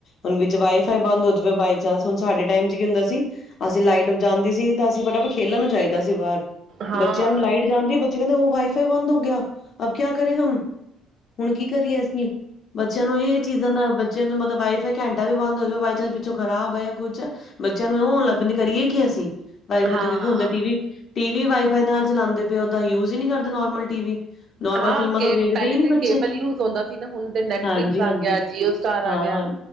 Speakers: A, on the left; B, on the right.
A: ਹੁਣ ਵਿੱਚ ਵਾਈ ਫਾਈ ਬੰਦ ਹੋ ਜਵੇ ਬਾਈ ਚਾਂਸ ਹੁਣ ਸਾਡੇ ਟਾਈਮ ਚ ਕੀ ਹੁੰਦਾ ਸੀ ਅਸੀ ਲਾਈਟ ਜਾਂਦੀ ਸੀ ਤਾਂ ਅਸੀ ਫਟਾਫਟ ਖੇਲਣ ਨੂੰ ਜਾਈ ਦਾ ਸੀ ਬਾਹਰ।
B: ਹਾਂ
A: ਬੱਚਿਆਂ ਨੂੰ ਲਾਈਟ ਜਾਂਦੀ ਬੱਚੇ ਕਹਂਦੇ ਓਹ ਵਾਈ ਫਾਈ ਬੰਦ ਹੋ ਗਆ। ਅਬ ਕਆ ਕਰੇ ਹਮ। ਹੁਣ ਕੀ ਕਰੀਏ ਅਸੀ ਬੱਚਿਆਂ ਨੂੰ ਏਹ ਚੀਜ਼ਾਂ ਦਾਂ ਬੱਚਿਆਂ ਨੂੰ ਮਤਲਬ ਵਾਈ ਫਾਈ ਘੈਂਟਾ ਵੀ ਬੰਦ ਹੋ ਜੇ ਬਾਈ ਚਾਂਸ ਪਿੱਛੋਂ ਖਰਾਬ ਹੈ ਯਾ ਕੁਛ ਬੱਚਿਆਂ ਨੂੰ ਔ ਹੋਣ ਲੱਗ ਪੈਂਦੀ ਕਰੀਏ ਕੀ ਅਸੀ। ਵਾਈ ਫਾਈ
B: ਹਾਂ
A: ਤੋਂ ਕਉਂਕਿ ਹੁਣ ਤੇ T V T V wifi ਦੇ ਨਾਲ ਚਲਾਂਦੇ ਪਏ ਹੋ ਤਾਂ ਯੂਜ ਹੀ ਨੀ ਕਰਦੇ ਨੋਰਮਲ ਟੀ ਵੀ। ਨੋਰਮਲ
B: ਹਾਂ
A: ਫਿਲਮਾਂ
B: ਕੇ
A: ਤੋਂ ਦੇਖਦੇ
B: ਪਹਿਲੇ
A: ਹੀ ਨੀ
B: ਤੇ
A: ਬੱਚੇ
B: ਕੇਬਲ ਯੂਜ ਹੁੰਦਾ ਸੀ ਨਾ ਹੁਣ ਤੇ ਨੈਟਫਲਿਕਸ
A: ਹਾਂਜੀ ਹਾਂਜੀ
B: ਆ ਗਆ ਜੀਓ ਸਟਾਰ ਆ
A: ਹਾਂ
B: ਗਆ